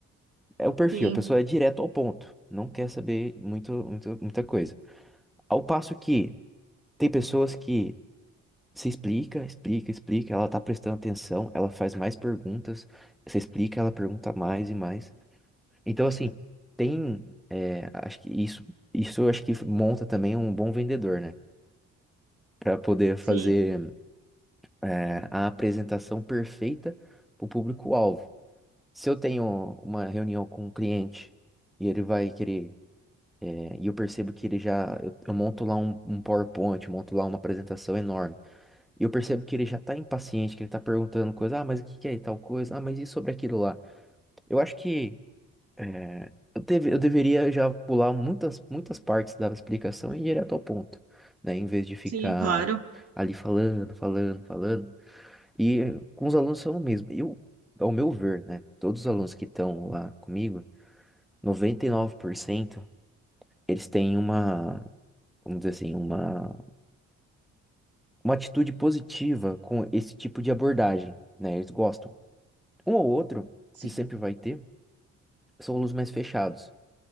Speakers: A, in the centre; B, on the right.
A: É o perfil,
B: Sim,
A: a pessoa é direto ao ponto, não quer saber muito, muito, muita coisa. Ao passo que tem pessoas que Você explica, explica, explica. Ela tá prestando atenção, ela faz mais perguntas. Você explica, ela pergunta mais e mais. Então, assim, tem. é, acho que isso, isso eu acho que monta também um bom vendedor, né? Para poder fazer
B: sim,
A: é, a apresentação perfeita para o público-alvo. Se eu tenho uma reunião com um cliente e ele vai querer, é, e eu percebo que ele já. Eu, eu monto lá um, um PowerPoint, eu monto lá uma apresentação enorme. E eu percebo que ele já tá impaciente, que ele tá perguntando coisa, ah, mas o que que é tal coisa? Ah, mas e sobre aquilo lá? Eu acho que é, eu, deve- eu deveria já pular muitas, muitas partes da explicação e ir direto ao ponto, né? Em vez de ficar
B: sim, claro.
A: ali falando, falando, falando. E com os alunos são o mesmo. Eu, ao meu ver, né? Todos os alunos que estão lá comigo, 99% eles têm uma, vamos dizer assim, uma, uma atitude positiva com esse tipo de abordagem, né? Eles gostam. Um ou outro,
B: Sim.
A: que sempre vai ter, são alunos mais fechados.